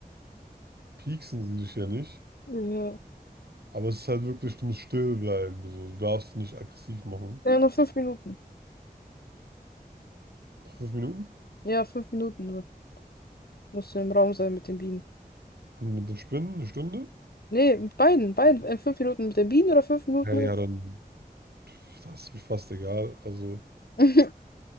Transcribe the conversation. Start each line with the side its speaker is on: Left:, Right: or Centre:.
Right: pieksen sie dich ja nicht.
Left: Ja.
Right: Aber es ist halt wirklich, du musst still bleiben. So. Du darfst nicht aggressiv machen.
Left: Ja, nur fünf Minuten.
Right: Noch fünf Minuten?
Left: Ja, fünf Minuten nur. Musst du im Raum sein mit den Bienen.
Right: Und mit den Spinnen eine Stunde?
Left: Nee, mit beiden, beiden. Äh, Fünf Minuten mit den Bienen oder fünf Minuten
Right: Ja, ja,
Left: mit.
Right: dann pf, das ist mir fast egal. Also,
Left: <laughs>